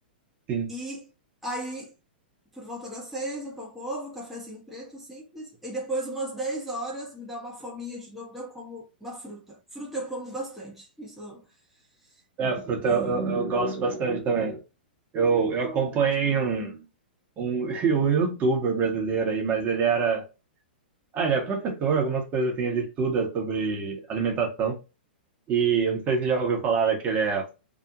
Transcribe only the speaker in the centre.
E aí por volta das seis, um pão com ovo, um cafezinho preto, simples. E depois, umas 10 horas, me dá uma fominha de novo, daí eu como uma fruta. Fruta eu como bastante. Isso eu.
é,